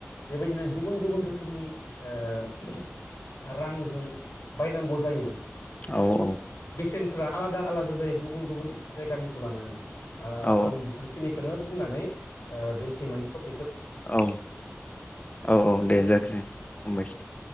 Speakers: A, on the left; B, on the left.
A: बेबायदिनो गुबुन गुबुन रोखोमनि <unintelligible> ओ रांजों बायनांगौ जायो।
B: औ औ।
A: सेनफ्रा आलादा आलादा जायो गुबुन गुबुन जायगानिखौ लानानै। आ
B: औ
A: आं बेसांखिनिखोनो बुंनानै ओ बे सैमानि तप
B: औ औ औ दे जागोन हामबायसै।